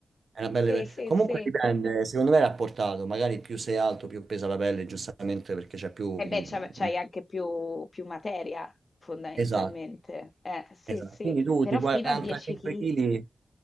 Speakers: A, on the right; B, on the left.
A: È una pelle...
B: Sì,
A: pe-
B: sì,
A: Comunque
B: sì.
A: dipende, secondo me è rapportato, magari più sei alto, più pesa la pelle, giustamente perché c'è più...
B: E beh,
A: mm,
B: c'ha- c'hai anche più, più materia, fondamentalmente.
A: Esatto,
B: Eh, sì,
A: esatto.
B: sì,
A: Quindi tu
B: però
A: di 45
B: fino a 10 kg.
A: kg,